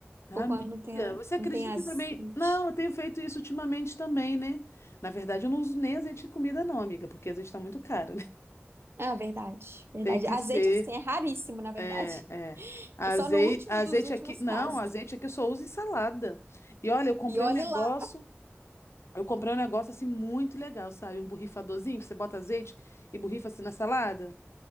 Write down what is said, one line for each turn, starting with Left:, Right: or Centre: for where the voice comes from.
Left: Amiga,
Right: ou quando não tem,
Left: você acredita
Right: não tem azeite.
Left: que eu também. Não, eu tenho feito isso ultimamente também, né? Na verdade, eu não uso nem azeite de comida, não, amiga, porque azeite tá muito caro, né?
Right: Ah, verdade,
Left: <laughs>
Right: verdade.
Left: Tem que
Right: Azeite,
Left: ser.
Right: assim, é raríssimo, na verdade.
Left: É,
Right: <laughs>
Left: é. Azeite,
Right: É só no último
Left: azeite
Right: dos últimos
Left: aqui. Não,
Right: casos.
Left: azeite aqui eu só uso em salada. E olha, eu comprei
Right: E olhe
Left: um negócio.
Right: lá,
Left: Eu comprei um negócio assim muito legal, sabe? Um borrifadorzinho que você bota azeite e borrifa assim na salada.